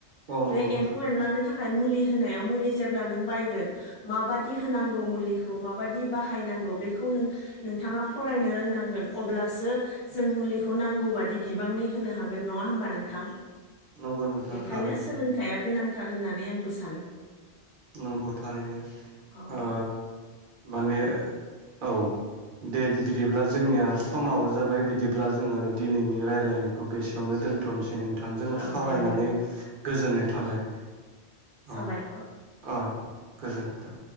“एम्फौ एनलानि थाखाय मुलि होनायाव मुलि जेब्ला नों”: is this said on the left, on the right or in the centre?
Left